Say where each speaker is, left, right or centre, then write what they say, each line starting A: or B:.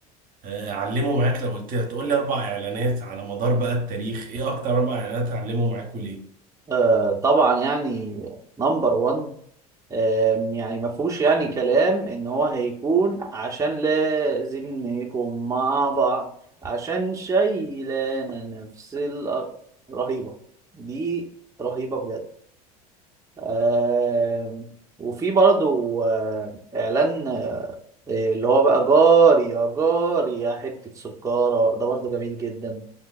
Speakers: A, on the right; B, on the right.
A: آه، علموا معاك لو قلت هتقول لي اربع اعلانات على مدار بقى التاريخ ايه اكتر اربع اعلانات علموا معاك وليه
B: آه طبعا يعني نمبر 1 آم، يعني ما فيهوش يعني كلام ان هو هيكون عشان لازم نكون مع بعض عشان شايلانا نفس الارض رهيبة دي رهيبة بجد آم، وفي برضو آه، اعلان آه، اللي هو بقى جاري يا جاري يا حتة سكارة ده برضو جميل جدا